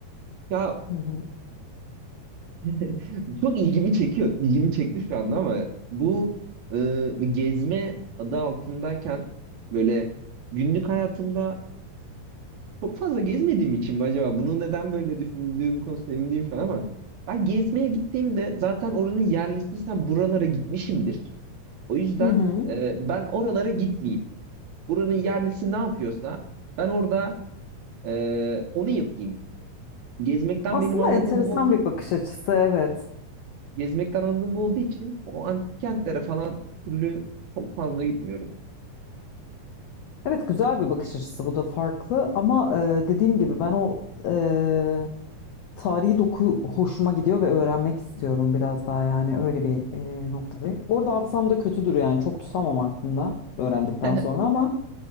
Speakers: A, on the right; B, on the left.
A: Ya
B: Hı hı.
A: <laughs> çok ilgimi çekiyor. İlgimi çekti şu anda ama bu e, gezme adı altındayken böyle günlük hayatımda Çok fazla gezmediğim için mi acaba? Bunu neden böyle düşündüğüm konusunda emin değilim şu an ama ben gezmeye gittiğimde zaten oranın yerlisiysem buralara gitmişimdir. O yüzden
B: Hı hı.
A: e, ben oralara gitmeyeyim. Buranın yerlisi ne yapıyorsa ben orada e, onu yapayım. Gezmekten
B: Aslında
A: benim anladığım
B: enteresan
A: bu olduğu
B: bir bakış açısı, evet.
A: gezmekten anladığım bu olduğu için o antik kentlere falan türlü çok fazla gitmiyorum.
B: Evet güzel bir bakış açısı bu da farklı ama e, dediğim gibi ben o e, tarihi doku hoşuma gidiyor ve öğrenmek istiyorum biraz daha yani öyle bir e, noktadayım. Bu arada hafızam da kötüdür yani çok tutamam aklımda öğrendikten
A: <laughs>
B: sonra ama